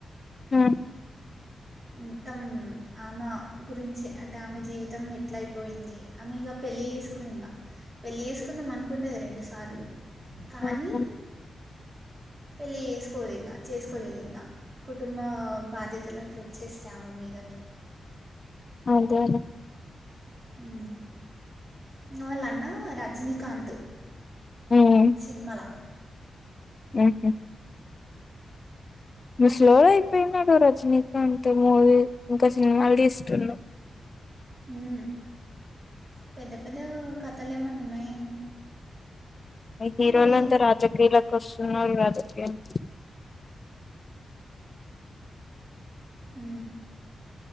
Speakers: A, on the left; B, on the right.
A: ఉ
B: మొత్తం ఆమె గురించే అంటే ఆమె జీవితం ఎట్ల అయిపోయింది ఆమె ఇక పెళ్ళి చేసుకుని ఇంకా పెళ్ళి చేసుకుందాం అనుకున్నది రెండు సార్లు కానీ
A: ఉమ్
B: పెళ్ళి చేసుకోదు ఇంకా చేసుకోలేదు ఇంకా కుటుంబ బాధ్యతలు అట్లా వచ్చేసినై ఆమె మీదకి
A: అదేలే
B: ఉ ఇంకా వాళ్ళ అన్న రజినీకాంత్
A: ఉమ్
B: సినిమాల
A: ఉహు ఇంకా స్లో అయిపోయినాడు రజనీకాంత్ మూవీ ఇంకా సినిమాలు తీస్తున్నా
B: ఉ పెద్ద పెద్ద కథలు ఏమైనా ఉన్నాయేమో
A: ఇంక్ హీరోలంతా
B: ఇంకా వేరే
A: రాజకీయలాకి వస్తున్నారు రాజకీయలు
B: ఊ